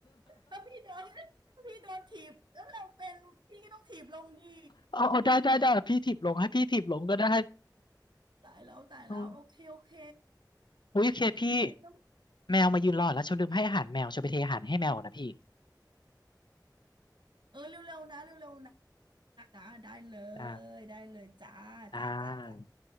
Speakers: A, on the right; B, on the left.
A: ถ้าพี่โดนถ้าพี่โดนถีบแล้วเราเป็นพี่ก็ต้องถีบลงดี
B: เอาเอาได้ได้ได้พี่ถีบลงให้พี่ถีบลงก็ได้
A: ตายแล้วตายแล้วโอเคโอเค
B: โอมอุ้ยโอเคพี่
A: เดี๋ยวเร็ว
B: แมวมายืนรอแล้วเชลลืมให้อาหารแมวเชลไปเทอาหารให้แมวก่อนนะพี่
A: ๆเออเร็วๆนะเร็วๆนะนะได้เล
B: อ่า
A: ยได้เลยจ้าจ้าจ้าจ้า
B: อ่า